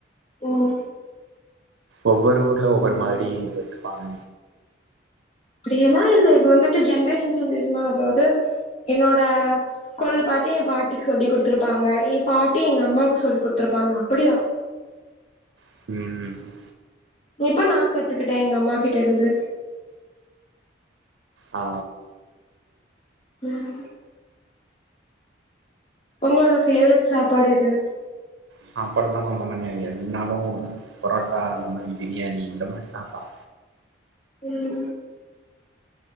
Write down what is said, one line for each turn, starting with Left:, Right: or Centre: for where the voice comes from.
Left: ம்
Right: ஒவ்வொரு ஊர்ல ஒவ்வொரு மாதிரி வச்சிருப்பாங்க
Left: அப்டியெல்லா இல்ல இது வந்துட்டு ஜென்ரேஷன் ஜென்ரேஷனலா அதாவது என்னோட கொல்லு பாட்டி எய பாட்டிக்கு சொல்லி் கொடுத்திருப்பாங்க எய பாட்டி எங்க அம்மாவுக்கு சொல்லி் கொடுத்திருப்பாங்க அப்டிதா
Right: ம் ம்
Left: இப்ப நா கத்துக்கிட்ட எங்க அம்மா கிட்ட இருந்து
Right: ஆ
Left: ம் உங்களோட ஃபேவரைட் சாப்பாடு எது
Right: சாப்பாடு எல்லா நா பண்ணதுல்ல என்னாலு பரோட்டா இந்தந்த மாதிரி பிரியாணி இந்த மாதிரி தான்ப்ப
Left: ம்